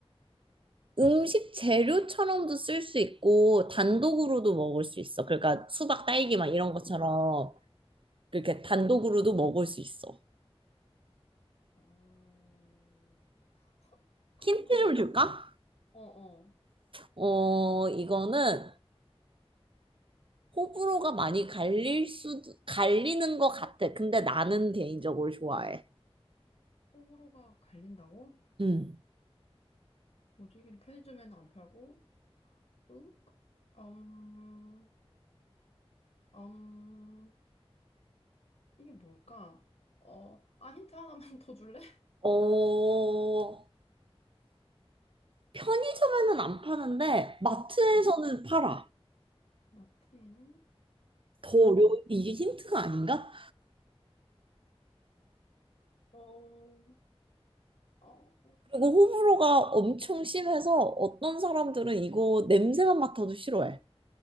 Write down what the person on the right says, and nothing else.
음식 재료처럼도 쓸 수 있고, 단독으로도 먹을 수 있어. 그러니까 수박, 딸기 막 이런 것처럼, 그렇게
단독으로도 먹을 수 있어.
힌트
좀
줄까?
어, 이거는 호불호가 많이 갈릴 수 갈리는 것 같아. 근데 나는 개인적으로 좋아해.
음.
어, 편의점에는 안 파는데, 마트에서는
팔아.
더
어려워. 이게 힌트가 아닌가?
그리고 호불호가 엄청 심해서 어떤 사람들은 이거 냄새만 맡아도 싫어해.